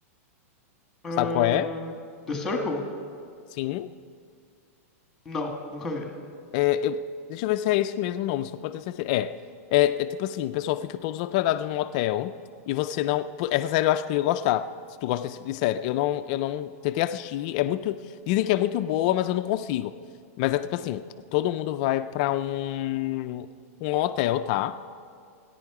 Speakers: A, in the centre; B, on the left.
A: Ah,
B: Sabe qual é?
A: The Circle?
B: Sim.
A: Não, nunca vi.
B: É, eu, deixa eu ver se é esse mesmo nome, só pode ter certeza. É, é, é tipo assim, o pessoal fica todos hospedados num hotel e você não. pô, Essa série eu acho que tu ia gostar. Se tu gosta desse tipo de série. Eu não, eu não tentei assistir. É muito. Dizem que é muito boa, mas eu não consigo. Mas é tipo assim, todo mundo vai pra um, um hotel, tá?